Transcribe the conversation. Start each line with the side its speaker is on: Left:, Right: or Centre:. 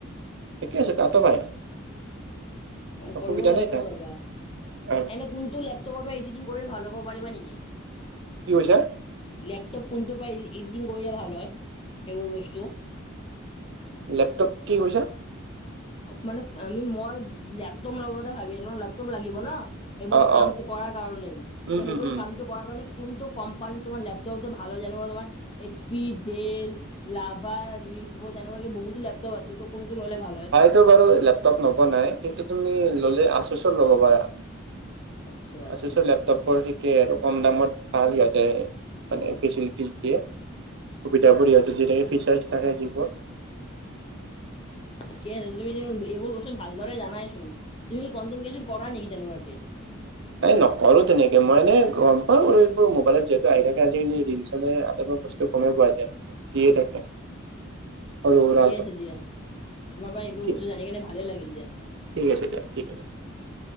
Right: ঠিকে আছে তাতো পাই অসুবিধা
Left: কৰিব লাগিব
Right: নাই তাত
Left: ৰ'বা
Right: অ
Left: এনে কোনটো লেপটপৰ পৰা ইডিটিং কৰিলে ভাল হ'ব পাৰিবা নেকি
Right: কি কৈছা
Left: লেপটপ কোনটোৰ পৰা ইডিটিং কৰিলে ভাল হয় সেইবোৰ বস্তু
Right: লেপটপ কি কৈছা
Left: মানে আমি মই লেপটপ লব কথা ভাবি আছিলো লেপটপ লাগিব ন এইবোৰ
Right: অ
Left: কামটো
Right: অ
Left: কৰাৰ কাৰণে ত'
Right: উম
Left: সেইবোৰ
Right: উম উম
Left: কামটো কোৱাৰ কাৰণে কোনটো কম্পানী তোমাৰ লেপটপটো ভাল হয় জানিব তোমাৰ এচ পি ডেল লাভা লিভ তেনেকুৱাকে বহুতো লেপ টপ আছে কোনটো ল'লে ভাল হয়?
Right: সেইটো বাৰু লেপটপ নোপোৱা নাই কিন্তু তুমি ললে আছুচৰ ল'ব পাৰা।
Left: আচ্ছা
Right: আছুচৰ লেপ টপ থিকেই আৰু কম দামত ভাল সিহঁতে মানে ফেচেলেটিচ দিয়ে। সুবিধাবোৰ
Left: বা
Right: সিহঁত দি থাকে ফিচাৰ্চ থাকে যিবোৰত
Left: কি আছে তুমি এইবোৰ বস্তু ভালদৰে জনাইছোন তুমি কন্টেনক্ৰিয়েচন কৰা নেকি তেনেকুৱাকে?
Right: নাই নকৰো তেনেকে মই এনে গম পাওঁ এইবোৰ মোবাইলত যিহেতু আহি থাকে আজিকালি ৰিলচ চালে আতায় বস্তু গমেই পোৱা যায়, দিয়ে থাকে। সৰু সুৰা
Left: ঠিকে আছে দিয়া তোমাৰ পৰা এইবোৰ
Right: ঠিক
Left: বস্তু জানি কেনে ভালেই লাগিল দিয়া।
Right: ঠিক আছে দিয়া ঠিক আছে।
Left: উম।